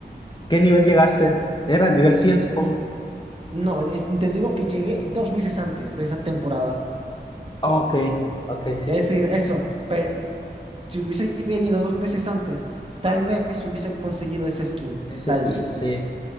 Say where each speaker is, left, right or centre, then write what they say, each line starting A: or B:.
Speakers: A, on the left; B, on the right.
A: ¿Qué nivel llegaste? Era nivel 100, supongo.
B: No, es- te digo que llegué dos meses antes de esa temporada.
A: Ok, ok, sí,
B: Es
A: sí, sí.
B: decir, eso, pe- si hubiese venido dos meses antes, tal vez hubiese conseguido esa skin,
A: Ese
B: tal
A: skin,
B: vez.
A: sí.